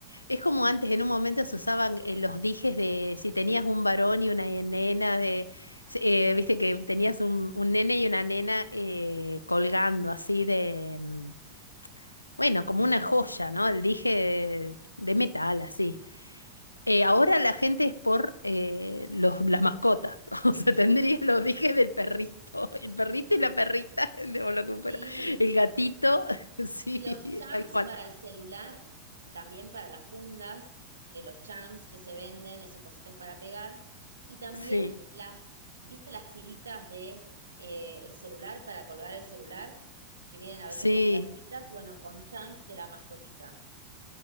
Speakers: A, on the left (about 80°); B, on the right (about 75°).
A: es como antes, en un momento se usaban eh, los dijes de si tenías un varón y una nena, de si- eh, viste que tenías un, un nene y una nena eh, colgando así de, mm, Bueno, como una joya, ¿no? El dije de, de metal, así. Eh, ahora la gente es por eh, los, las mascotas. <laughs> O sea, tendría los dijes del perrito. El perrito y la perrita, <laughs> o lo que fuera.
B: Sí,
A: El gatito, <laughs> sí,
B: Y los charms
A: tal cual.
B: para el celular, también para las fundas, que los charms que se venden, esos cositos para pegar. Y también
A: Sí,
B: las, ¿viste las tiritas de eh, el celular para colgar el celular? Que vienen a veces
A: sí.
B: con perlitas, bueno, con charms de la mascotita.